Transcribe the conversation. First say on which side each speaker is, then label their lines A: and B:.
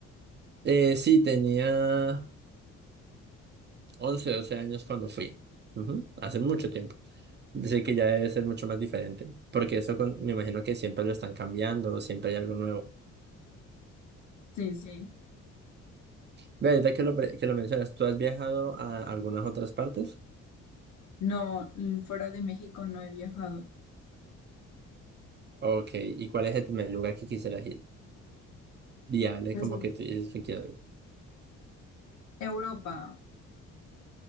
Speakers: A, on the right; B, on the left.
A: Eh, sí, tenía 11 12 años cuando fui. Ujú, Hace mucho tiempo. Así que ya debe ser mucho más diferente, porque eso con- me imagino que siempre lo están cambiando, siempre hay algo nuevo.
B: Sí, sí.
A: Ve, ahorita que lo, pre- que lo mencionas, ¿tú has viajado a algunas otras partes?
B: No, l- fuera de México no he viajado.
A: Ok, ¿y cuál es el primer lugar que quisieras ir? Viable,
B: Pues
A: como
B: a
A: que tú dices que quiero ir.
B: Europa